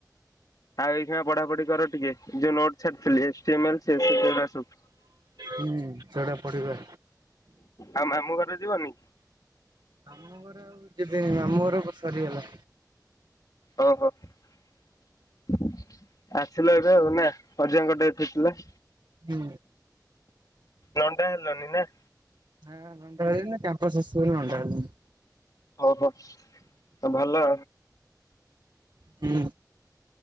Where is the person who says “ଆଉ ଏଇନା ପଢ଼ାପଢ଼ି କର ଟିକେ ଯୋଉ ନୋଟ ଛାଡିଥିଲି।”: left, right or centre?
Left